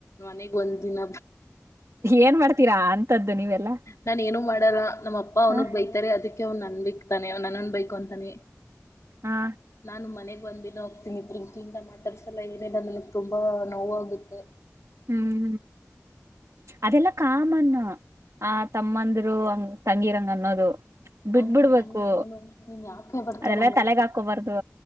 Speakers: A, on the left (about 70°); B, on the right (about 65°).
A: ಮನೆಗ್ ಒಂದ್ ದಿನ
B: ಏನ್ ಮಾಡ್ತೀರಾ ಅಂತದ್ದು ನೀವೆಲ್ಲಾ
A: ನಾ ಏನು ಮಾಡಲ್ಲ ನಮ್ಮ ಅಪ್ಪ ಅವನಗ್
B: ಹ
A: ಬೈತಾರೆ ಅದಕ್ಕೆ ಅವ್ ನನ್ ಬಿಕ್ತಾನೆ ನನನ್ ಬೈಕ್ು ಅಂತಾನೆ
B: ಹಾ
A: ನಾನು ಮನೆಗ್ ಒಂದ್ ದಿನ ಹೋಗ್ತೀನಿ ಪ್ರ್ರಿಂಕ್ಲಿಂದ ಮಾತಾಡ್ಸಲ್ಲ ಏನಿಲ್ಲ ಅನಗ್ ತುಂಬಾ ನೋವಾಗುತ್ತೆ
B: ಹ್ಮ್್ಮ್ ಅದೆೆಲ್ಲಾ ಕಾಮ ಆ ತಮ್ಮಂದರು ಅಂಗ ತಂಗಿರಂಗ ಅನ್ನೋದು ಬಿಟ್ಬಿಡ್ಬೇಕು
A: ಅ ಅ ಅವನು ನೀನ್ ಯಾಕೆ ಬರ್ತ
B: ಅದೆಲ್ಲ
A: ನ ಬನ್
B: ತಲೆಗ್ ಹಾಕೋಬಾರ್ದು